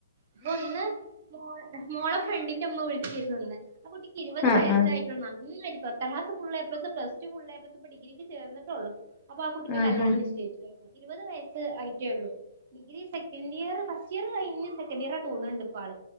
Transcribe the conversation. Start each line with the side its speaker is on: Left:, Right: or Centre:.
Right: ഇപ്പൊ ഇന്ന് മോള മോളെ ഫ്രണ്ടിന്റെ ഉമ്മ വിളിച്ചിരുന്നു ഇന്ന് ആ കുട്ടിക്ക് ഇരുപത്
Left: ആഹ്
Right: വയസ്സായിട്ടൊള്ളു
Left: ആഹ്
Right: നന്നായിട്ട് പത്താം class, full A plus plus two, ഫുള്ളെ പ്ലസ് ഇപ്പൊ ഡിഗ്രി ക്ക് ചേർന്നിട്ടൊള്ളു അപ്പൊ ആ കുട്ടിന്റെ
Left: ആഹാ.
Right: കല്യാണം നിശ്ചയിച്ചുപറഞ് ഇരുപത് വയസ്സ് ആയിട്ടെഉള്ളൂ degree second year first year കഴിഞ് സെക്കൻഡ് ഇയറാ തോന്ന്ണണ്ട് ഇപ്പോ ആള്